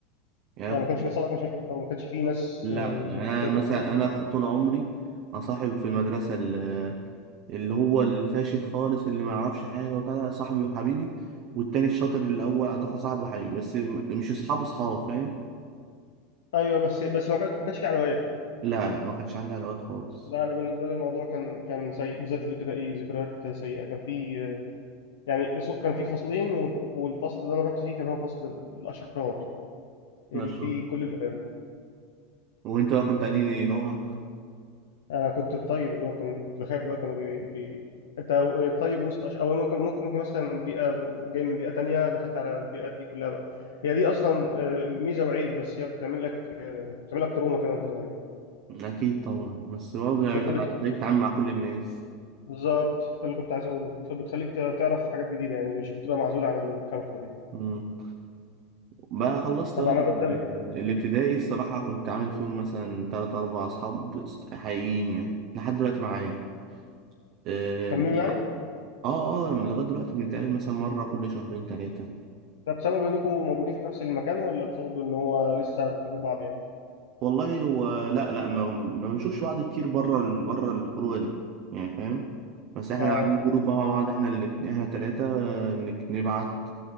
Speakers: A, on the right; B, on the left.
A: يعني
B: يعني
A: أنا كنت
B: ما كانش بيحصل لك مشاكل او ما كانش في ناس
A: لا
B: آه،
A: يعني
B: بترخم
A: انا مثلا
B: عليك؟
A: انا طول عمري اصاحب في المدرسه ال- اللي هو الفاشل خالص اللي ما يعرفش حاجه وبتاع ده صاحبي وحبيبي والتاني الشاطر اللي الاول على الدفعه صاحبي وحبيبي بس م- مش اصحاب اصحاب فاهم
B: ايوه بس بس ما كانش ما كانش في عدوات يعني
A: لا لا ما كانش عندي علاقات خالص
B: لا انا بالنسبه لي الموضوع كان كان سيء بالذات الابتدائي ذكريات سيئه كان في آه، يعني سو- كان في فصلين وال- والفصل اللي انا رحت فيه كان هو فصل الاشرار اللي
A: نشره
B: فيه كل البلاوي
A: وانت بقى كنت انهي نوع
B: انا كنت الطيب اللي هو كان كنت بخاف بقى كانوا بي... بي... انت طيب وسط عش... او ممكن ممكن ممكن مثلا بيئه جاي من بيئه تانية دخلت على البيئات دي كلها بقى هي دي اصلا آه، ميزه وعيب بس هي بتعمل لك آه، بتعمل لك تروما كده وانت صغير
A: أكيد طبعا بس برضه يعني
B: بس
A: بتع-
B: بت...
A: خليك تتعامل مع كل الناس
B: بالظبط ده اللي كنت عايز اقوله بت... بتخليك ت- تعرف حاجات جديده يعني مش بتبقى معزول عن الكوكب يعني
A: مم. بقى خلصت
B: طب
A: بقى
B: عملت
A: ال-
B: إيه قبل كده
A: الابتدائي الصراحة كنت عامل فيهم مثلا تلات أربع أصحاب حقيقيين يعني لحد دلوقتي معايا اه
B: كملوا يعني
A: اه آه، لغاية دلوقتي بنتقابل مثلا مرة كل شهرين تلاتة
B: ده بسبب انكم موجودين في نفس المكان ولا بسبب ان هو لسه بتحبوا بعض يعني
A: والله هو لا لا ما ما بنشوفش بعض كتير بره بره الخروجة دي يعني فاهم بس احنا
B: اه
A: عاملين جروب بقى مع بعض احنا اللي احنا تلاتة آه، نك- نبعت